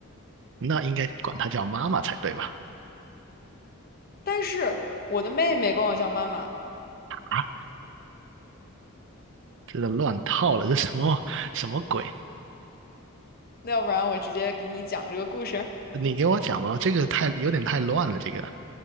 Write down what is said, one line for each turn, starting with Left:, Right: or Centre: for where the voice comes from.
Right: 那应该管她叫妈妈才对吧？
Left: 但是我的妹妹管我叫妈妈，
Right: 啊，这个乱套了，这什么什么鬼？
Left: 那要不然我直接给你讲这个故事。
Right: 你给我讲吧，这个太有点太乱了，这个